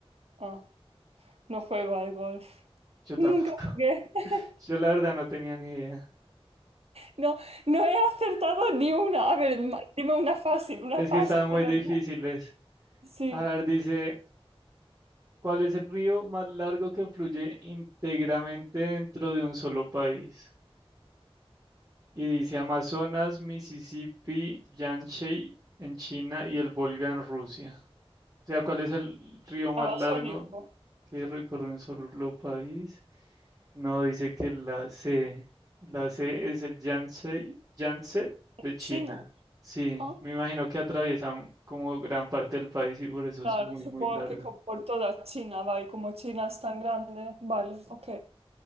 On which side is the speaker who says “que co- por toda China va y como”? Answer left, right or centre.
Right